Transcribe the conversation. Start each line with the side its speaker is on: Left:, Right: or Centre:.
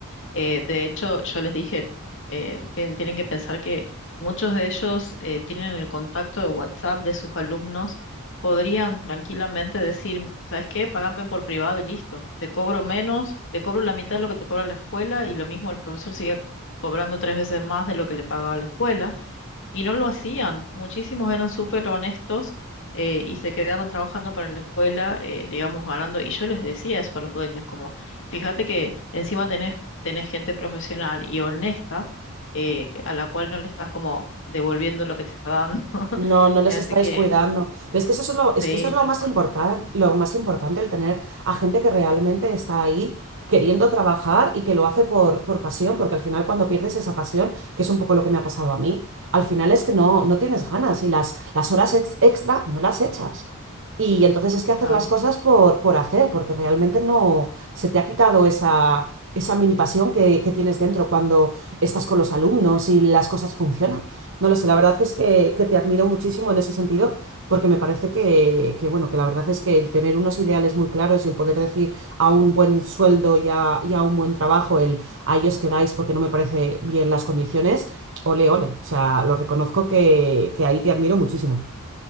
Left: Eh, de hecho, yo les dije, eh, tien- tienen que pensar que muchos de ellos eh, tienen el contacto de WhatsApp de sus alumnos, podrían tranquilamente decir, ¿sabes qué? Págame por privado y listo. Te cobro menos, te cobro la mitad de lo que te cobra la escuela y lo mismo el profesor sigue cobrando tres veces más de lo que le pagaba la escuela. Y no lo hacían. Muchísimos eran súper honestos eh, y se quedaban trabajando para la escuela, eh, digamos, ganando. Y yo les decía eso a los dueños, como, fíjate que encima tenés, tenés gente profesional y honesta eh, a la cual no le estás como devolviendo lo que te está dando. <laughs>
Right: No, no les
Left: Así
Right: estáis
Left: que,
Right: cuidando. Pero es que eso es lo, es
Left: sí,
Right: que eso es lo
Left: tal
Right: más
Left: cual.
Right: importante, lo más importante, el tener a gente que realmente está ahí queriendo trabajar y que lo hace por, por pasión, porque al final cuando pierdes esa pasión, que es un poco lo que me ha pasado a mí, al final es que no, no tienes ganas y las, las horas ex- extra no las echas. Y entonces es que hacer
Left: Ah.
Right: las cosas por, por hacer, porque realmente no se te ha quitado esa, esa mini pasión que, que tienes dentro cuando estás con los alumnos y las cosas funcionan. No lo sé, la verdad es que, que te admiro muchísimo en ese sentido, porque me parece que, que, bueno, que la verdad es que el tener unos ideales muy claros y el poder decir a un buen sueldo y a, y a un buen trabajo, el a ellos quedáis porque no me parece bien las condiciones, ole, ole. O sea, lo reconozco que, que ahí te admiro muchísimo.